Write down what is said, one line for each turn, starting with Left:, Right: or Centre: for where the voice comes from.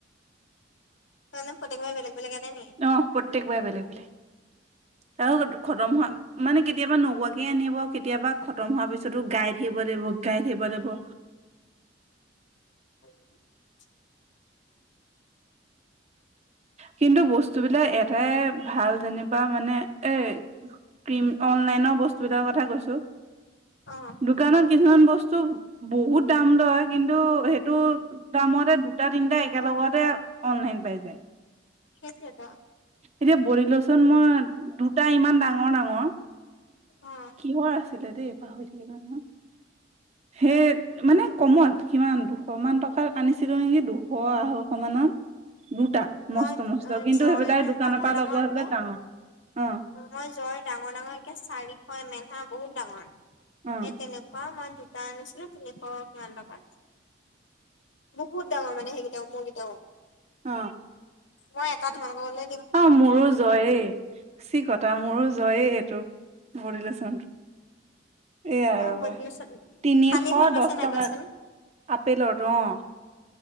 Left: সেতুকাৰণে প্ৰত্যেক বাৰে বেলেগ বেলেগ আনে নি
Right: অ প্ৰত্যেক বাৰে বেলেগ বেলেগ আৰু খতম হোৱা মানে কেতিয়াবা নোকোৱাকে আনিব কেতিয়াবা খতম হোৱাৰ পিছতো গাই থাকিব লাগিব গাই থাকিব লাগিব
Left: <inaudible>
Right: কিন্তু বস্তুবিলাক এটাই ভাল যেনিবা মানে এই ক্ৰিম অনলাইনৰ বস্তুবিলাকৰ কথা কৈছোঁ
Left: অ
Right: দোকানত কিছুমান বস্তু বহুত দাম লয় কিন্তু সেইটো দামতে দুটা তিনটা একেলগতে অনলাইন পাই যায়
Left: সেইটোৱে ত
Right: এতিয়া বদিলোচোন মই দুটা ইমান ডাঙৰ ডাঙৰ
Left: অ
Right: কিহৰ আছিলে দেই পাহৰি থাকিলোঁ নহয় মানে কমত কিমান দুশ মান টকাত আনিছিলো নেকি দুশ আঢ়ৈশ মানত দুটা
Left: মই
Right: মস্ত মস্ত কিন্তু
Left: জয়ৰ
Right: সেইবিলাক দোকানৰ
Left: ডাঙৰ
Right: পৰা
Left: ডাঙৰ
Right: লব হলে
Left: যে
Right: ডাঙৰ অ
Left: মই জৰ ডাঙৰ ডাঙৰ কে চাৰিশ এম এল হা বহুত ডাঙৰ সেই
Right: অ
Left: তেনেকুৱা মই দুটা আনিছিলো তিনিশ কিমান টকাত বহুত ডাঙৰ মানে সেইকেইটাও, মোৰকেইটাও।
Right: অ
Left: মই এটা তোমালোকৰ গ'লে
Right: অ, মোৰো জয়েই চি কতা মোৰো জয়েই এইটো বডীলোচন। এয়া
Left: অ
Right: ৰবা!
Left: বলিউচন
Right: তিনিশ
Left: সানি ভাল পাইছা
Right: দহ
Left: নাই
Right: টকাত
Left: কোৱাচোন
Right: আপেলৰটো অ,